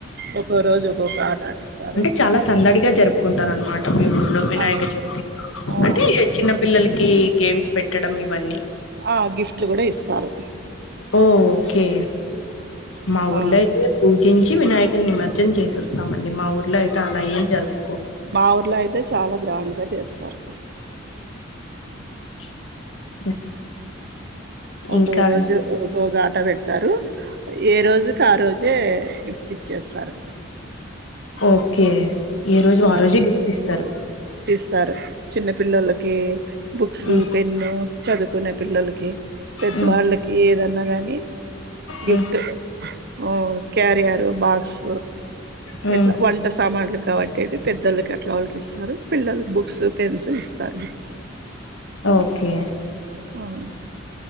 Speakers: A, on the right (about 55°); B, on the left (about 80°).
A: ఒక్కో రోజు ఒక్కొక్క ఆట ఆడిస్తారు
B: అంటే చాలా సందడిగా జరుపుకుంటారు అనమాట మీము ఊర్లో వినాయక
A: అవును
B: చవితి
A: ఆ
B: అంటే చిన్న పిల్లలకి గేమ్స్ పెట్టడం ఇవన్నీ
A: ఆ గిఫ్ట్లు గూడా ఇస్తారు
B: ఓ ఓకే మాఊర్లో
A: ఆ
B: అయితే పూజీంచి వినాయక నిమ నిమ్జ్ చేసేస్తామండి మా ఊర్లో అయితే అలా ఏం జరుగ
A: మా ఊర్లో అయితే చాలా గ్రాండ్ గా చేస్తారు
B: <inaudible>
A: ఒక్కొ
B: ఇంకా
A: రోజు ఒకో గా పెడతారు ఏ రోజుకి ఆ రోజే గిఫ్ట్ ఇచ్చేస్తారు
B: ఓకే ఏ రోజు
A: ఆ
B: అ రోజే గిఫ్ట్ ఇస్తారు
A: ఇస్తారు చిన్న పిల్లలకి బుక్స్
B: మ్మ్
A: పెన్ను చదువుకునే పిల్లలకి పెద్దవాళ్ళకి
B: మ్మ్
A: ఏదన్నా గాని గిఫ్ట్
B: మ్మ్
A: ఓ క్యారియర్ బాక్స్
B: మ్మ్
A: ఇట్లా వంట సామాన్లు కాబట్టి పెద్దలకి అట్లా వాళ్ళకి ఇస్తారు పిల్లలకు బుక్స్ పెన్స్ ఇస్తారు గిఫ్ట్
B: ఓకే
A: అవును